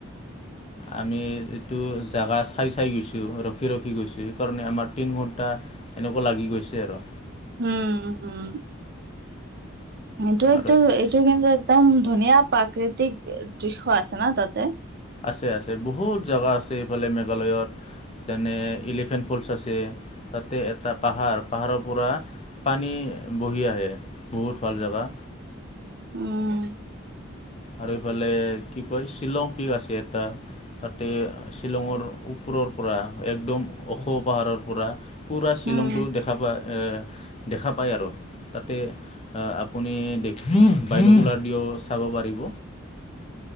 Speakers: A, on the left; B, on the right.
A: আমি এইটো জাগা চাই চাই গৈছো ৰখি- ৰখি গৈছোঁ। সেইকাৰণে আমাৰ তিন ঘণ্টা এনেকুৱা লাগি গৈছে আৰু।
B: উম, হম। এইটো একটো
A: আৰু
B: এইটো কিন্তু একদম ধুনীয়া প্ৰাকৃতিক দৃশ্য আছে না তাতে?
A: আছে, আছে বহুত জাগা আছে। এইফালে মেঘালয়ত যেনে এলিফেণ্ট ফলচ আছে। তাতে এটা পাহাৰ পাহাৰৰ পৰা পানী বহি আহে। বহুত ভাল জাগা।
B: <inaudible> উম,
A: আৰু এইফালে কি কয় শ্বিলং পিক আছে এটা। তাতে শ্বিলঙৰ ওপৰৰ পৰা একদম ওখ পাহাৰৰ পৰা পূৰা শ্বিলংটো
B: উম,
A: দেখা পায়। এ, দেখা পায় আৰু তাতে আপুনি <unintelligible> ডিঅ' চাব পাৰিব।